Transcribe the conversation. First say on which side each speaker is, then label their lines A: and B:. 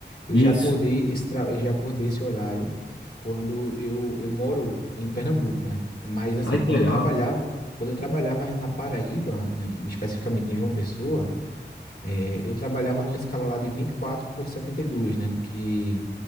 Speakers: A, on the left; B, on the left.
A: Eu
B: Isso.
A: já acordei esse, tra- eu já acordei esse horário quando eu, eu moro em Pernambuco, né? Mas, assim,
B: Olha
A: quando
B: que legal.
A: eu trabalhava, Uhum. quando eu trabalhava na Paraíba, né, especificamente em João Pessoa, é, eu trabalhava numa escala lá de 24 por 72, né? Que